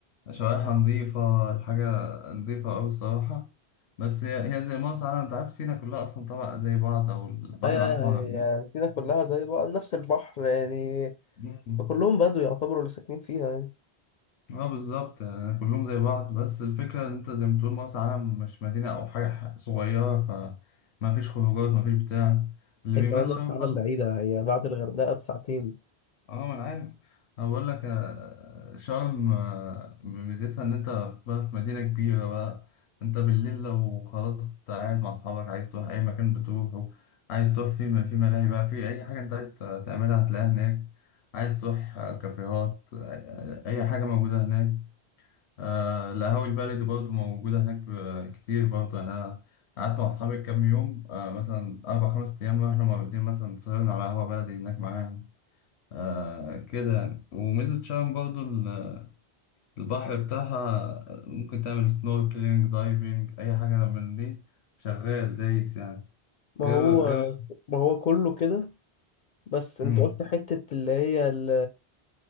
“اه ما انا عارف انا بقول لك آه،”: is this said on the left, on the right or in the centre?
Left